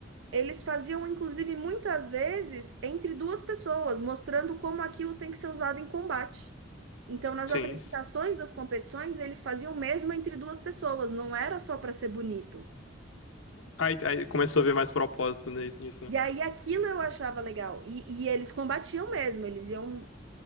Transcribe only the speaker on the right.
eles faziam, inclusive, muitas vezes entre duas pessoas, mostrando como aquilo tem que ser usado em combate. Então, nas
apresentações das competições, eles faziam mesmo entre duas pessoas, não era só para ser bonito.
E
aí aquilo eu achava legal. E, e eles combatiam mesmo, eles iam